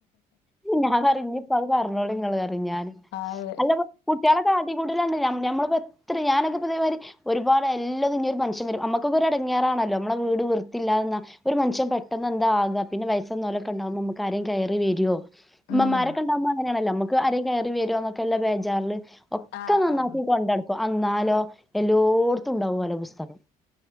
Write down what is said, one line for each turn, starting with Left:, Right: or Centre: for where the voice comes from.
Centre: ഞാൻ പറയും ഇഞ്ഞ്പ്പ അത് പറഞ്ഞോളി ഇങ്ങള് പറയും ഞാന്
Left: അതെ
Centre: അല്ല കുട്ടികളെ കാട്ടി കൂട്ടലാണ് ഞമ്മ ഞമ്മളിപ്പോ എത്ര ഞാനൊക്കെപ്പ ഇതേമാതിരി ഒരുപാട് എല്ലതും ഇനി ഫങ്ക്ഷന് വരും നമ്മക്കൊക്കെ ഒരു എടങ്ങേറാണല്ലോ നമ്മളെ വീട് വൃത്തിയില്ലാതെന്നാ ഒരു മനഷ്യൻ പെട്ടന്ന് എന്താ ആക പിന്നെ വയസ്സെന്നോലൊക്കെ ഇണ്ടാവുമ്പോ നമ്മക്കാരേം കയറി വരുവോ ഇമ്മമാരൊക്കെണ്ടാകുമ്പോ
Left: ഉം
Centre: അങ്ങനെയാണല്ലോ നമുക്ക് ആരേം കയറി വരുന്നൊക്കെയുള്ള ബേജാറില് ഒക്കെ
Left: ആഹ്
Centre: നന്നാക്കി
Left: ആഹ്
Centre: കൊണ്ടടക്കും അന്നാലോ എല്ലോട്ത്തും ഉണ്ടാവും ഓലെ പുസ്തകം